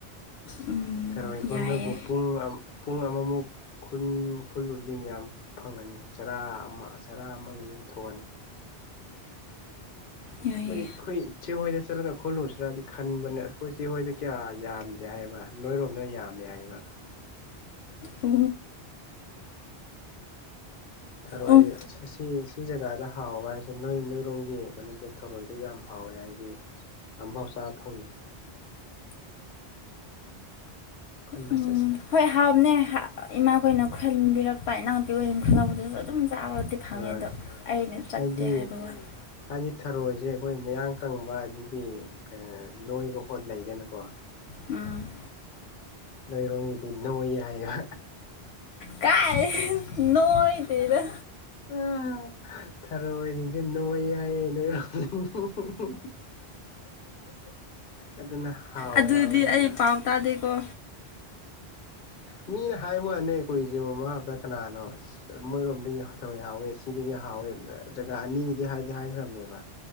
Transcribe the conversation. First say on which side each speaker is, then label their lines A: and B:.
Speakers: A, on the left; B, on the left.
A: ꯎꯝ
B: ꯊꯔꯣꯏ ꯈꯨꯟꯕꯕꯨ
A: ꯌꯥꯏꯌꯦ
B: ꯄꯨꯡ ꯑꯝ ꯄꯨꯡ ꯑꯃꯃꯨꯛ ꯈꯨꯟ ꯈꯨꯜꯂꯨ ꯃꯤ ꯃꯌꯥꯝ ꯐꯪꯉꯅꯤ ꯆꯔꯥ ꯑꯃ ꯆꯔꯥ ꯑꯃꯒꯤꯗꯤ ꯑꯗꯨꯝ ꯊꯣꯛꯑꯅꯤ
A: ꯌꯥꯏꯌꯦ
B: ꯍꯣꯏ ꯑꯩꯈꯣꯏ ꯆꯦꯍꯣꯏꯗ ꯆꯠꯂꯒ ꯈꯣꯠꯂꯨꯁꯤ꯭ꯔꯗꯤ ꯈꯟꯕꯅꯦ ꯑꯩꯈꯣꯏ ꯆꯦꯍꯣꯏꯗ ꯀꯌꯥ ꯌꯥꯝꯗꯦ ꯍꯥꯏ ꯍꯥꯏꯕ ꯅꯣꯏꯔꯣꯝꯗꯅ ꯌꯥꯝꯃꯦ ꯍꯥꯏꯕ
A: ꯎ
B: ꯊꯔꯣꯏ
A: ꯎꯝ
B: ꯁꯤ ꯁꯤ ꯖꯒꯥꯗ ꯍꯥꯎꯕ ꯍꯥꯏꯁꯦ ꯅꯣꯏ ꯅꯣꯏꯔꯣꯝꯒꯤ ꯀꯩꯅꯣꯗ ꯊꯔꯣꯏꯗꯣ ꯌꯥꯝ ꯍꯥꯎꯋꯦ ꯍꯥꯏ ꯑꯝꯐꯥꯎ ꯆꯥꯕ ꯐꯪꯗ꯭ꯔꯤ ꯈꯨꯟꯕ
A: ꯎꯝ
B: ꯆꯠꯁꯤ
A: ꯍꯣꯏ ꯍꯥꯎꯕꯅꯦ ꯏꯃꯥꯈꯣꯏꯅ ꯈꯨꯟꯕꯤꯔꯛꯄ ꯏꯅꯥꯎ ꯅꯨꯄꯤꯈꯣꯏ ꯈꯨꯂꯛꯄꯗꯁꯨ ꯑꯗꯨꯝ ꯆꯥꯕꯗꯤ ꯐꯪꯉꯦ
B: ꯍꯣꯏ
A: ꯑꯗꯣ ꯆꯠꯇꯦ
B: ꯍꯥꯏꯗꯤ
A: ꯍꯥꯏꯕ ꯋꯥꯅꯤ
B: ꯍꯥꯏꯗꯤ ꯊꯔꯣꯏꯁꯦ ꯑꯩꯈꯣꯏ ꯃꯌꯥꯡ ꯀꯪꯕ ꯑꯗꯒꯤ ꯀꯩꯅꯣ ꯅꯣꯏꯕ ꯈꯣꯠ ꯂꯩꯗꯅꯀꯣ
A: ꯎꯝ
B: ꯅꯣꯏꯔꯣꯝꯒꯤꯗꯤ ꯅꯣꯏ ꯍꯥꯏꯕ
A: ꯀꯥꯏꯗꯩ ꯅꯣꯏꯗꯦꯗ
B: ꯑꯥ ꯊꯔꯣꯏꯁꯤꯡꯁꯦ ꯅꯣꯏ ꯌꯥꯏꯌꯦ ꯅꯣꯏꯔꯣꯝ ꯍꯨꯝ ꯍꯨ ꯍꯨꯝ ꯑꯗꯨꯅ ꯍꯥꯎꯋꯦ
A: ꯑꯗꯨꯗꯤ
B: ꯍꯥꯏꯕ ꯍꯦꯟꯅ
A: ꯑꯩ ꯄꯥꯎ ꯇꯥꯗꯦꯀꯣ
B: ꯃꯤꯅ ꯍꯥꯏ ꯋꯥꯅꯦ ꯀꯨꯏꯗ꯭ꯔꯤ ꯃꯃꯥꯡ ꯍꯞꯇ ꯀꯅꯥꯅꯣ ꯑꯁ ꯃꯣꯏꯔꯣꯝꯗꯒꯤ ꯊꯔꯣꯏ ꯍꯥꯎꯋꯦ ꯑꯁꯤꯗꯒꯤ ꯍꯥꯎꯋꯦ ꯖꯒꯥ ꯑꯅꯤꯒꯤꯗꯤ ꯍꯥꯏꯗꯤ ꯍꯥꯏꯈ꯭ꯔꯕꯅꯦꯕ